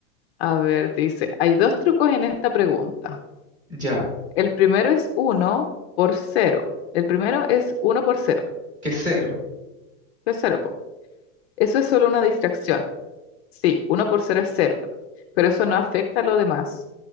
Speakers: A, on the left; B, on the right.
A: a ver, dice, hay dos trucos en esta pregunta.
B: Ya,
A: El primero es uno por cero. El primero es uno por cero.
B: que cero.
A: Es cero, po. Eso es solo una distracción. Sí, uno por cero es cero, pero eso no afecta a lo demás.